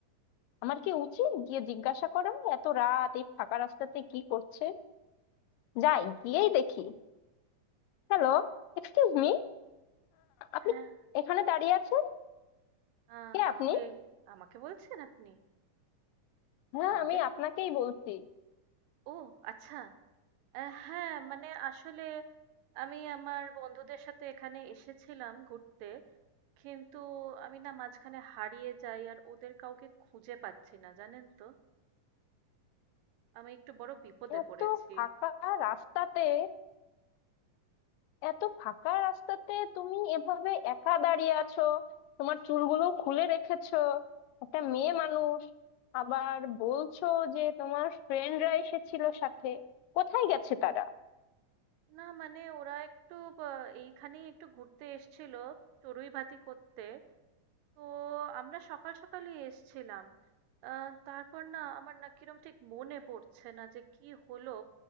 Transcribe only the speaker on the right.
হ্যাঁ,
আ
আমাকে
আমাকে বলছেন আপনি?
আমাকে?
ও আচ্ছা। অ্যা হ্যাঁ, মানে আসলে আমি আমার বন্ধুদের সাথে এখানে এসেছিলাম ঘুরতে। কিন্তু আমি না মাঝখানে হারিয়ে যাই আর ওদের কাউকে খুঁজে পাচ্ছি না, জানেন তো? আমি একটু বড় বিপদে
পড়েছি।
না মানে ওরা একটু ব এইখানেই একটু ঘুরতে এসেছিল চড়ুইভাতি করতে। তো আমরা সকাল সকালই এসছিলাম। আ তারপর না আমার না কিরম ঠিক মনে পড়ছে না যে কি হলো?